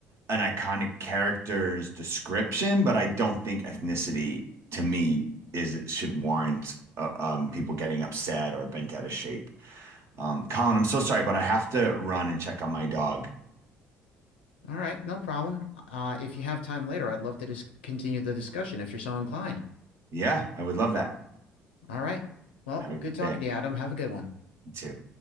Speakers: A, on the right (about 55°); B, on the left (about 90°).
A: an iconic character's description, but I don't think ethnicity to me is should warrant uh, um, people getting upset or bent out of shape. Um, Colin, I'm so sorry, but I have to run and check on my dog.
B: All right, no problem. Uh, if you have time later, I'd love to just continue the discussion if you're so inclined.
A: Yeah, I would love that.
B: All right. Well,
A: Have a great
B: good talking
A: day.
B: to you, Adam. Have a good one.
A: You too.